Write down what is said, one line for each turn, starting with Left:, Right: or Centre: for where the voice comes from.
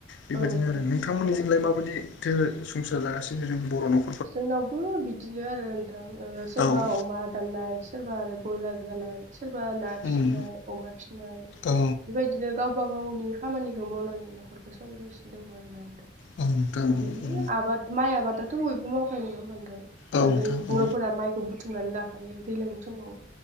Left: बेबायदिनो
Right: औ नंगौ
Left: आरो
Right: नोंथां
Left: नोंथांमोननि जोंलाय माबायदिथो संसार जागासिनो जों बर' न'खर
Right: जोंनावबो बिदिनो आरो नोंथां ओ सोरबा
Left: औ
Right: अमा दाननाय सोरबा आरो ब्रयलार सोरबा ना फिनाय
Left: उम
Right: अमा फिनाय
Left: औ
Right: बेबायदिनो गावबा गावनि खामानिखौ मावनानै न'खरखौ सलिगासिनो दङ आरोना।
Left: औ नोंथां
Right: बिदिनो
Left: औ
Right: आबाद माइ आबादाथ' बयबो मावखायो नङा होनबा नोंथां?
Left: औ नोंथां
Right: जोंनि बर'फोरा
Left: औ
Right: माइखौ बुथुमनानै लाखायो दैज्लांनि समाव